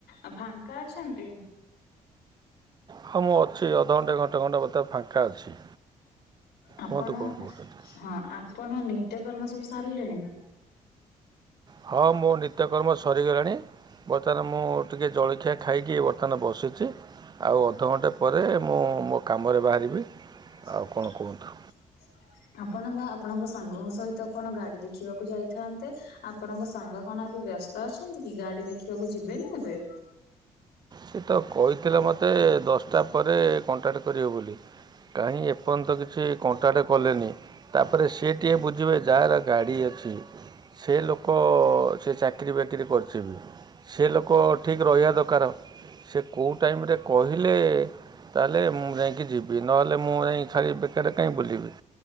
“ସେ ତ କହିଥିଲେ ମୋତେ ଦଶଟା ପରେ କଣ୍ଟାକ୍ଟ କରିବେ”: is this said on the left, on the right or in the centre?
Right